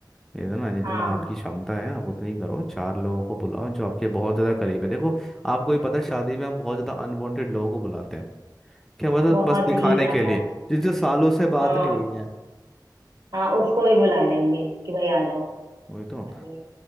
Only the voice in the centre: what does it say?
है ना जितना
आपकी क्षमता है आप उतनी करो चार लोगों को बुलाओ जो आपके बहुत ज़्यादा करीब है देखो आपको ही पता है, शादी में हम बहुत ज़्यादा अनवांटेड लोगों को बुलाते हैं क्या मतलब
बस दिखाने
के लिए जिनसे सालों से बात
नहीं हुई है
वही
तो